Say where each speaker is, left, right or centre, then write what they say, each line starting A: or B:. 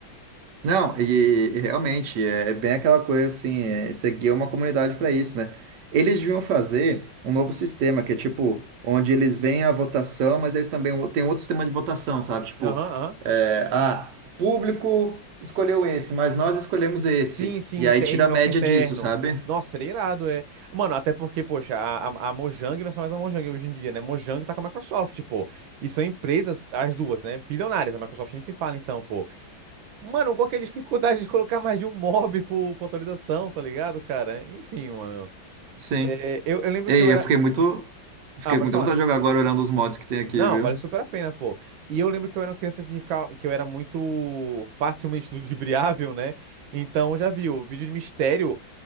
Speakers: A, on the right; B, on the right.
A: Não, e, e realmente é é bem aquela coisa assim, é, você uma comunidade para isso, né? Eles deviam fazer um novo sistema que é tipo, onde eles veem a votação, mas eles também o- têm outro sistema de votação, sabe? Tipo,
B: Aham, aham.
A: é, ah, público escolheu esse, mas nós escolhemos esse.
B: Sim, sim,
A: E aí
B: tem
A: tira
B: o
A: a
B: nosso
A: média
B: interno.
A: disso, sabe?
B: Nossa, seria irado, é. Mano, até porque, poxa, a, a, a Mojang não é só mais a Mojang hoje em dia, né? Mojang tá com a Microsoft, pô. E são empresas, as duas, né? Bilionárias. A Microsoft nem se fala, então, pô. Mano, qual que é a dificuldade de colocar mais de um mob por, por atualização, tá ligado, cara? Enfim, mano.
A: Sim.
B: É, eu, eu lembro
A: Ei,
B: que eu era.
A: eu fiquei muito. Fiquei
B: Ah, pode
A: com muita
B: falar.
A: vontade de jogar agora olhando os mods que tem aqui,
B: Não,
A: viu?
B: vale super a pena, pô. E eu lembro que eu era uma criança que ficava, que eu era muito facilmente <laughs> ludibriável, né? Então, já viu, vídeo de mistério,